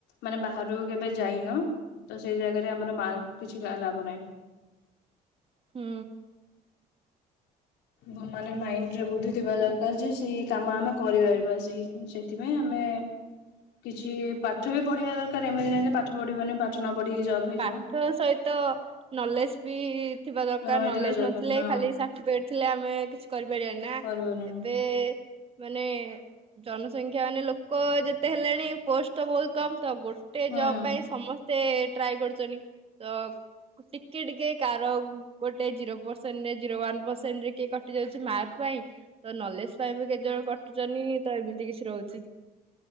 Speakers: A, on the left; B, on the right.
A: ମାନେ ବାହାରକୁ କେବେ ଯାଇନ ତ ସେଇ ଜାଗାରେ ଆମର ମାର୍କ କିଛିଟା ଲାଭ ନାହିଁ।
B: ହୁଁ।
A: ଭଲ। ମାନେ ମାଇଣ୍ଡ ରେ ବୁଦ୍ଧି ଥିବା ଦରକା <unintelligible> ସେଇ କାମ ଆମେ କରିପାରିବା ସେଇ ସେଥିପାଇଁ ଆମେ କିଛି ପାଠ ବି ପଢିବା ଦରକାର ଏମିତିତି ନାହିଁ କି ପାଠ ପଢିବନି ପାଠ ନ ପଢିକି ଜବ୍ ହେଇଯିବ।
B: ପାଠ ସହିତ ନଲେଜ ବି ଥିବା ଦରକାର
A: ରହିଥିବା
B: ନଲେଜ
A: ଦରକାର
B: ନଥିଲେ
A: ହଁ
B: ଖାଲି ସାର୍ଟିଫିକେଟ ଥିଲେ ଆମେ କିଛି କରିପାରିବା ନା
A: କରିପାରିବନି
B: ଏବେ ମାନେ ଜନସଂଖ୍ୟା ମାନେ ଲୋକ ଯେତେ ହେଲେଣି ପୋଷ୍ଟ ଟା ବହୁତ କମ୍। ତ ଗୋଟେ
A: ହୁଁ।
B: ଜବ ପାଇଁ ସମସ୍ତେ ସେ ଟ୍ରାଏ କରୁଚନ୍ତି ତ ଟିକେ ଟିକେ କାର ଗୋଟେ ଜିରୋ ପରସେଣ୍ଟ ଜିରୋ ୱାନ ପରସେଣ୍ଟରେ କିଏ କଟି ଯାଉଛି ମାର୍କ ପାଇଁ ତ ନଲେଜ ପାଇଁ ବି କେତେ ଜଣ କଟୁଛନ୍ତି ତ ଏମିତି କିଛି ରହୁଛି।